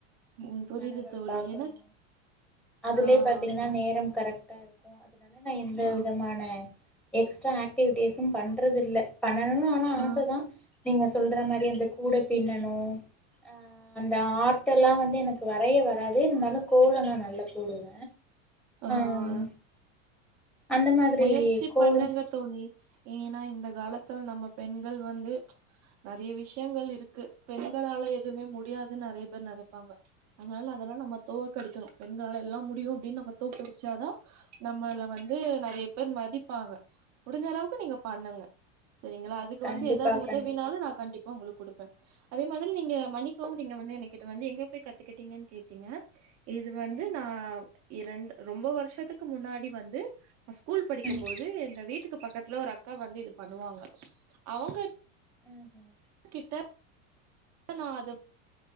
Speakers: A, on the right; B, in the centre.
A: ம் புரியுது
B: கணவர
A: தோழி
B: பாக்கணு
A: எனக்
B: அதுலே
A: ஆ
B: பாத்தீங்கனா
A: க
B: நேரம் கரெக்டா இருக் கு அதனால நா எந்த
A: ஆ
B: விதமான எக்ஸ்ட்டா ஆக்டிவிட்டிஸும் பண்றதுல்ல பண்ணணு ஆனா
A: ஆ
B: ஆச தா நீங்க சொல்ற மேரி இந்த கூட பின்னணு அ அந்த ஆர்ட் எல்லா வந்து எனக் வரயே வராது இருந்தாலு கோலோ நா நல்லா போடுவ
A: ஆ
B: அம் அந்த மாதிரி
A: முயற்சி
B: கோல
A: பண்ணுங்க தோழி ஏனா இந்த காலத்துல் நம்ம பெண்கள் வந்து நெறைய விஷயங்கள் இருக்கு பெண்களால எதுவுமே முடியாதுன் நெறைய பேர் நெனைப்பாங்க அதனால அதெல்லா நம்ம தோக்கடிக்கணு பெண்களால எல்லா முடியு அப்டின்னு நம்ம தோக்கடிச்சாதா நம்மள வந்து நெறைய பேர் மதிப்பாங்க முடிஞ்ச அளவுக்கு நீங்க பண்ணுங்க சரிங்களா அதுக்கு
B: கண்டிப்பா
A: வந்து ஏதாது உதவினாலு
B: கண்டிப்பா தோழி
A: நா கண்டிப்பா உங்களுக்கு குடுப்ப அதே மாதிரி நீங்க மன்ணிக்கோ நீங்க வந்து எங்க கிட்ட வந்து எங்க போய் கத்துக்கிட்டீங்கன்னு கேட்டீங்க இது வந்து
B: ம்
A: நா இரண் ரொம்ப வருஷத்துக்கு முன்னாடி வந்து நா ஸ்கூல் படிக்கும்
B: ம்
A: போது எங்க வீட்டுக்கு பக்கத்துல ஒரு அக்கா வந்து இது பண்ணுவாங்க அவங்க
B: ம் ம்
A: கிட்ட அப்ப நா அது